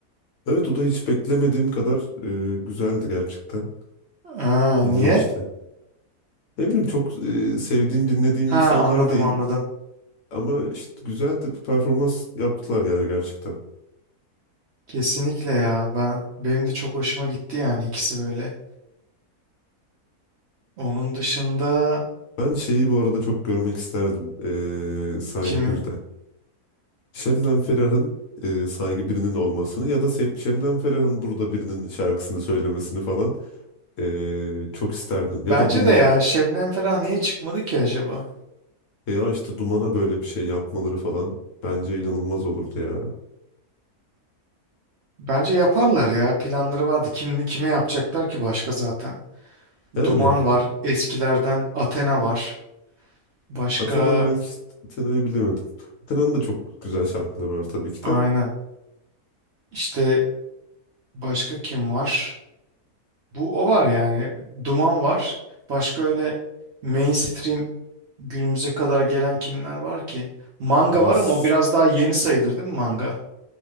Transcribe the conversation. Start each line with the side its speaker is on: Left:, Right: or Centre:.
Left: Evet o da hiç beklemediğim kadar e, güzeldi gerçekten.
Right: Ha,
Left: İlginçti.
Right: niye?
Left: Ne bileyim çok e, sevdiğim, dinlediğim
Right: Ha
Left: insanlar
Right: anladım
Left: değil
Right: anladım.
Left: ama işte güzel de bir performans yaptılar yani gerçekten.
Right: Kesinlikle ya. Ben benim de çok hoşuma gitti yani ikisi böyle. Onun dışında
Left: Ben şeyi bu arada çok görmek isterdim e, Saygı
Right: kimi?
Left: 1'de. Şebnem Ferah'ın e, Saygı birinin olmasını ya da Se- Şebnem Ferah'ın burada birinin şarkısını söylemesini falan e, çok isterdim.
Right: Bence
Left: Ya da Duman
Right: de ya Şebnem Ferah niye çıkmadı ki acaba?
Left: veya işte Duman'a böyle bir şey yapmaları falan bence inanılmaz olurdu ya.
Right: Bence yaparlar ya. Planları vardı. Kim kime yapacaklar ki başka zaten?
Left: Yani
Right: Duman var, eskilerden Athena var. Başka
Left: Athena belki Athena'yı bilemedim. Athena'nın da çok güzel şarkıları var tabii ki
Right: aynen.
Left: de.
Right: İşte başka kim var? Bu o var yani. Duman var. Başka öyle mainstream günümüze kadar gelen kimler var ki? Manga
Left: kadar
Right: var
Left: s-
Right: ama o biraz daha yeni sayılır değil mi manga?